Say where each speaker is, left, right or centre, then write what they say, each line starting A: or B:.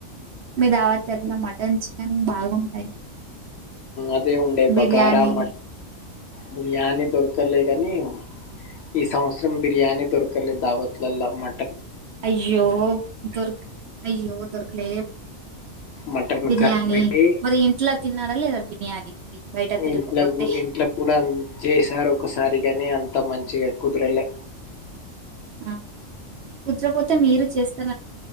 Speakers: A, on the right (about 60°); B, on the left (about 65°).
A: మీ దావాతట్ల మటన్ చికెన్ బాగుంటాయి
B: అదే ఉండే
A: బిర్యానీ
B: బగారా మ బిర్యానీ దొరకలేగానీ ఈ సంవత్సరం బిర్యానీ దొర్కలే దావతులలా మ
A: అయ్యో దొర్ అయ్యో దర్కలే
B: మటన్
A: బిర్యానీ
B: కర్రీ
A: మరి ఇంట్లో తిన్నారా లేదా బిర్యానీ మరి బయట తిరకపోతే
B: ఇంట్లో ఇంట్లో కూడా అ చేశారు ఒకసారి కాని అంత మంచిగా కుదరలే
A: ఆ కూర్చోకపోతే మీరు చేస్తూ